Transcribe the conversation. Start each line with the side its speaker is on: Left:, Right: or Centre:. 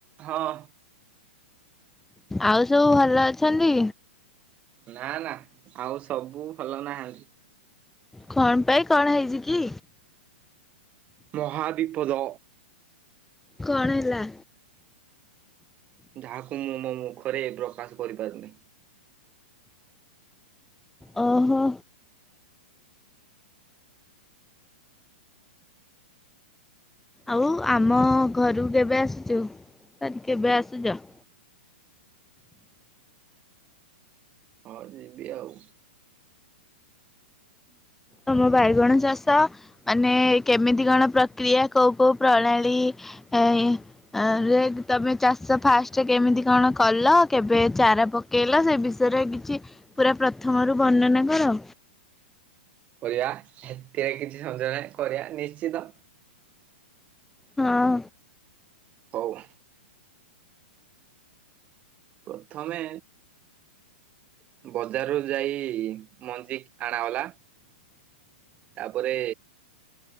Right: ହଁ
Centre: ଆଉ ସବୁ ଭଲ ଅଛନ୍ତି?
Right: ନା ନା ଆଉ ସବୁ ଭଲ ନାହାନ୍ତି।
Centre: କଣ୍ ପାଇଁ କଣ ହେଇଛି କି?
Right: ମହାବିପଦ।
Centre: କଣ ହେଲା?
Right: ଯାହାକୁ ମୁଁ ମୋ ମୁଖରେ ପ୍ରକାଶ କରିପାରୁନେଇଁ।
Centre: ଓ ହୋ। ଆଉ ଆମ ଘରୁ କେବେ ଆସୁଚୁ? ସାରି କେବେ ଆସୁଚ?
Right: ହଁ ଯିବି ଆଉ।
Centre: ଆମ ବାଇଗଣ ଚାଷ ମାନେ କେମିତି କଣ ପ୍ରକ୍ରିୟା କୋଉ କୋଉ ପ୍ରଣାଳୀ। ଏ ଇଁ। ଆରେ ତମେ ଚାଷ ଫାଷ୍ଟ କେମିତି କଣ କଲ କେବେ ଚାରା ପ ପକେଇଲ ସେ ବିଷୟରେ କିଛି ପୁରା ପ୍ରଥମରୁ ବର୍ଣ୍ଣନା କର।
Right: କରିଆ ଏଥିରେ କିଛି ସଞ୍ଜନା କରିଆ ନିଶ୍ଚିନ୍ତ।
Centre: ହଁ।
Right: ହୋଉ। ପ୍ରଥମେ ବଜାରରୁୁ ଯାଇ ମଞ୍ଜି ଆଣାଗଲା। ତା ପରେ